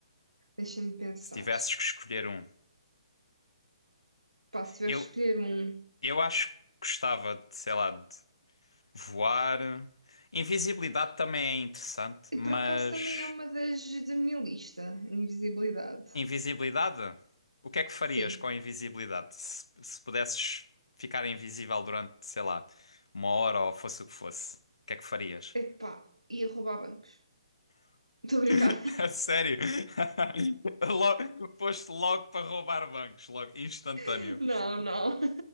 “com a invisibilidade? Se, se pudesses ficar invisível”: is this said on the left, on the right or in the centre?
Left